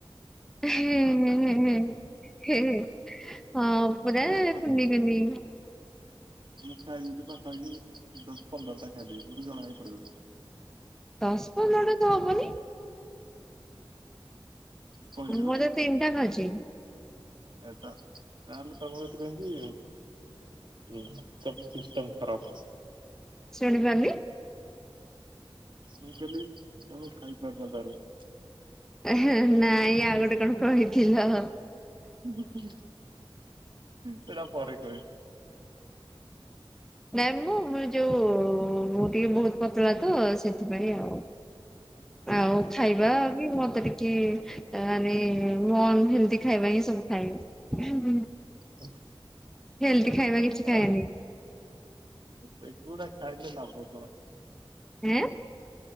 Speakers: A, in the centre; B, on the right.
A: ଏହେଁ ହେଁ ହେଁ ହେଁ ହେ ହେ ହଁ ପୁରା
B: ତଥାପି
A: କୁନି କୁନି।
B: ମୁଁ ଖାଇଯିବି ପାଖା ପାଖି ଦଶ୍ ପନ୍ଦର ଟା ଖାଇଦେବି, ମତେ ଜଣା ବି ପଡିବନି।
A: ଦଶ୍ ପନ୍ଦରଟା ତ ହବନି?
B: କହିଲି
A: ମୁଁ
B: ବା
A: ତ ତିନ୍ ଟା ଖାଉଚି।
B: ହେଇପା, ତାହେଲେ ତମୁକୁ ଏତେ କାହିଁକି ଉଁ ସବ୍ ସିଷ୍ଟମ୍ ଖରାପ ଅଛି।
A: ଶୁଣିପାରିନି।
B: ମୁଁ କଇଲି ତମେ ଖାଇପାରୁନ ତାହେଲେ।
A: ଏ ହେଁ ନାଇଁ ଆଉ ଗୋଟେ କଣ କହିଥିଲ।
B: ଉହୁଁ ଉଁହୁ ସେଟା ପରେ କହିବି।
A: ନାଇଁ ମୁଁ ମୁ ଯୋଉ ମୁଁ ଟିକେ ବହୁତ ପତଳା ତ ସେଥିପାଇଁ ଆଉ। ଆଉ ଖାଇବା
B: କହିବି।
A: ବି ମତେ ଟିକେ ତା ମାନେ ମୁଁ ଅନ ହେଲଦି ଖାଇବା ହିଁ ସବୁ ଖାଏ। ହେଁ
B: ହ <inaudible>
A: ହେଲଦି ଖାଇବା କିଛି
B: ଅ
A: ଖାଏନି।
B: ସେଗୁଡା ଖାଇଲେ ଲାଭ କଣ?
A: ଏଁ